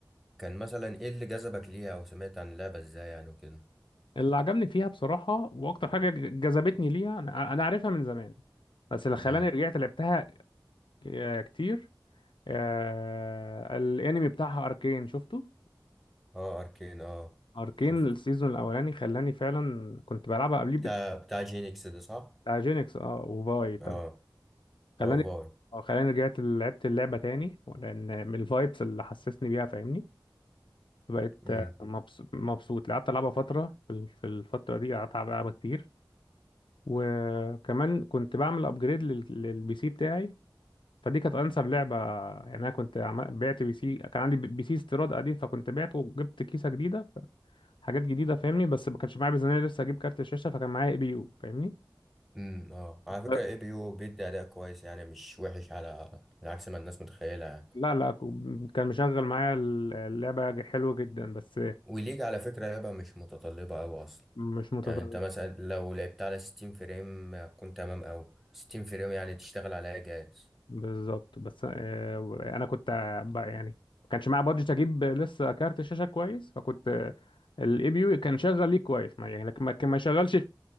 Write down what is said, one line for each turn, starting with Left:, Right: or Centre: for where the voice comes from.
Centre: كان مثلا ايه اللي جذبك ليها او سمعت عن اللعبه ازاي يعني وكده
Left: اللي عجبني فيها بصراحة واكتر حاجة ج- جذبتني ليها انا أنا عارفها من زمان بس اللي خلاني
Centre: امم
Left: رجعت لعبتها ك- كتير آه... الانمي بتاعها اركين شفته
Centre: اه اركين اه
Left: اركين
Centre: شفته
Left: السيزون الاولاني خلاني فعلا كنت بلعبها قبليه بت...
Centre: بتاع بتاع جينكس ده صح
Left: بتاع جينكس اه وفاي تمام
Centre: اه
Left: خلاني
Centre: اه فاي
Left: اه خلاني رجعت لعبت اللعبة تاني لان من الفايبس اللي حسسني بيها فاهمني فبقيت
Centre: امم
Left: مبسوط مبسوط قعدت العبها فتره في ال- في الفتره دي قعدت العب- العبها كتير وكمان كنت بعمل ابجريد للبي سي بتاعي فدي كانت انسب لعبه يعني انا كنت عم- بعت بي سي كان عندي بي سي استيراد قديم فكنت بعته وجبت كيسه جديده حاجات جديده فاهمني بس ما كانش معايا ميزانيه لسه اجيب كارت الشاشه فكان معايا اي بي يو فاهمني
Centre: امم اه على فكره
Left: ف-
Centre: اي بي يو بيدي اداء كويس يعني مش وحش على عكس ما الناس متخيله يعني
Left: لا لا كان مشغل معايا اللعبه حلوه جدا بس
Centre: وليج على فكره لعبه مش متطلبه قوي اصلا
Left: مش متطور
Centre: يعني انت مثلا لو لعبت على 60 فريم كنت تمام او 60 فريم يعني تشتغل على اي جهاز
Left: بالظبط بس آه، انا كنت بقى يعني ما كانش معايا بادجت اجيب لسه كارت شاشه كويس فكنت الاي بي يو كان شغال ليه كويس ما يعني لكن ما كان ما يشغلش